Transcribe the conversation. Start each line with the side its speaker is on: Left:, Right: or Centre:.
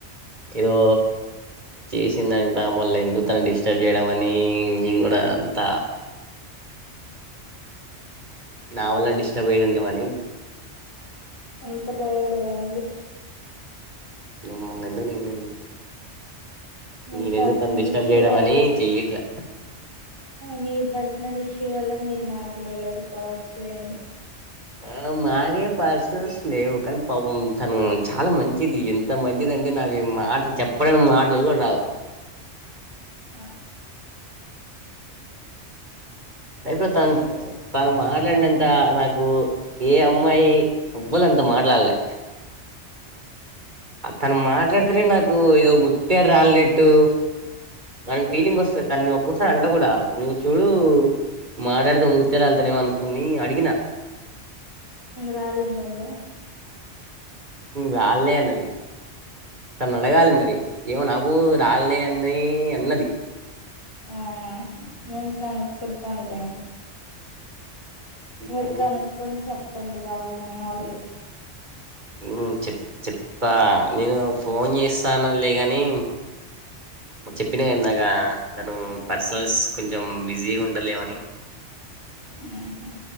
Right: ఏదో..... చేసిందంట. మళ్ళ ఎందుకు తనన్ డిస్టర్బ్ చేయడం అని నేన్ గుడా అంత నా వల్ల డిస్టర్బ్ అయితుందేమో అని
Left: అంత లేదులెండి.
Right: రమ్మనండు నిన్నా
Left: మీ
Right: నేనెందుక్
Left: పర్సనల్
Right: తనన్ డిస్టర్బ్
Left: ఇష్యూ
Right: చేయడం
Left: వల్ల
Right: అనీ చెయ్యట్లా.
Left: మీ పర్సనల్ ఇష్యూ వల్ల మీరు మాట్లాడ్లేదు కావచ్చు లెండి.
Right: ఆ మాకే పర్సనల్స్ లేవు కనీ పాపం తను చాలా మంచిది ఎంత మంచిదం టే నాకు మాటల్ చెప్పడానిక్ మాటల్ కూడా రావ్
Left: ఆ
Right: లైఫ్లో తన్ తను మాట్లాడినంత నాకు ఏ అమ్మాయి ఎవ్వలం త మాట్లాడ్లే. తను మాట్లాడ్తెనే నాకు ఏదో ముత్యాల్ రాలినట్టు అలాంటి ఫీలింగ్ వస్తది. తనన్ ఒక్కొక్కసారి అంట కూడా నువ్వు చూడు మాట్లాడ్తె ముత్యాల్ రాల్తయేమో అనుకొని అడిగినా
Left: రాలిందందా
Right: రాల్నై అన్నది. తనను అడగాలె మరి ఏమో నాకు రాల్నై అన్నయ్ అన్నది.
Left: అవునా నేన్ కనుక్కుంటాన్ లెండి. మీర్
Right: కానీ
Left: కనుక్కొన్ చెప్పండి రాలినయా లేదా
Right: మ్ చెప్ చెప్తా నేను ఫోన్ చేస్తా అన్నదిలే గనీ చెప్పినగా ఇందాకా తను పర్సనల్స్ కొంచం బిజీగుం టలేవని
Left: ఆ హ